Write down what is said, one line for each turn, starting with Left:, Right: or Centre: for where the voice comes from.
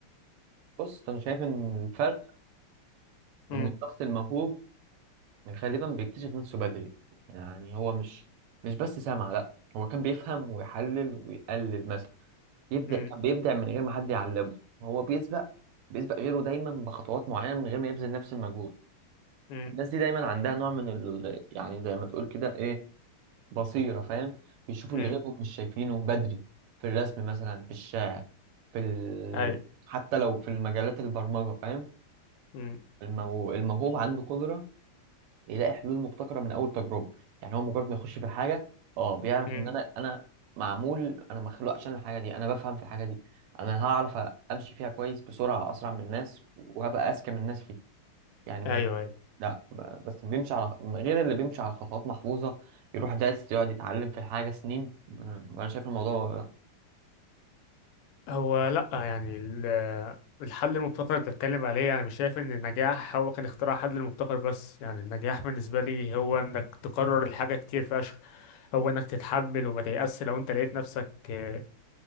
Right: بص انا شايف ان الفرق
Left: أمم،
Right: ان الشخص الموهوب غالبا بيكتشف نفسه بدري يعني هو مش مش بس سمع لا هو كان بيفهم ويحلل ويقلد مثلا يبدأ
Left: أمم،
Right: كان بيبدع من غير ما حد يعلمه هو بيسبق بيسبق غيره دايما بخطوات معينة من غير ما يبذل نفس المجهود
Left: أمم،
Right: الناس دي دايما عندها نوع من ال... يعني زي ما تقول كده ايه بصيرة فاهم بيشوفوا
Left: أمم،
Right: اللي غيرهم مش شايفينه بدري في الرسم مثلا في الشعر في ال...
Left: أيوه
Right: حتى لو في المجالات البرمجة فاهم
Left: أمم،
Right: المو... الموهوب عنده قدرة يلاقي حلول مبتكرة من أول تجربة يعني هو مجرد ما يخش في الحاجة اه بيعرف
Left: أمم،
Right: إن أنا أنا معمول أنا مخلوق عشان الحاجة دي أنا بفهم في الحاجة دي أنا هعرف أمشي فيها كويس بسرعة أسرع من الناس وهبقى أذكى من الناس فيها يعني من
Left: أيوه أيوه
Right: لا ب- بس بيمشي على غير اللي بيمشي على خطوات محفوظة يروح دارس يقعد يتعلم في الحاجة سنين أنا أنا شايف الموضوع لا
Left: هو لأ يعني ال- الحل المبتكر اللي بتتكلم عليه يعني مش شايف إن النجاح هو كان اختراع حل المبتكر بس يعني النجاح بالنسبة لي هو إنك تكرر الحاجة كتير فشخ هو إنك تتحمل وما تيأس لو أنت لقيت نفسك آه،